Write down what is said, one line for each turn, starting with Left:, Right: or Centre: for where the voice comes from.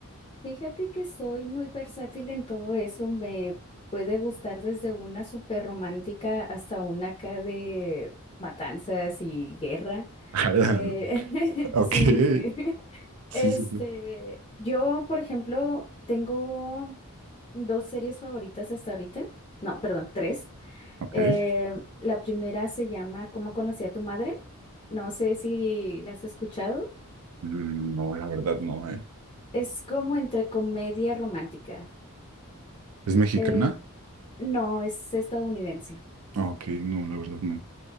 Left: Fíjate que soy muy versátil en todo eso. Me puede gustar desde una súper romántica hasta una acá de matanzas y guerra.
Right: <laughs> Ala,
Left: Eh,
Right: Ok,
Left: <laughs> sí,
Right: sí,
Left: sí.
Right: sí,
Left: Este,
Right: sí.
Left: yo, por ejemplo, tengo dos series favoritas hasta ahorita. No, perdón, tres.
Right: Ok.
Left: Eh, la primera se llama ¿Cómo conocí a tu madre? No sé si la has escuchado.
Right: Mm, No, la verdad no, eh.
Left: Es como entre comedia romántica.
Right: ¿Es mexicana?
Left: Eh, no, es estadounidense.
Right: Ah, Ok, no, la verdad no.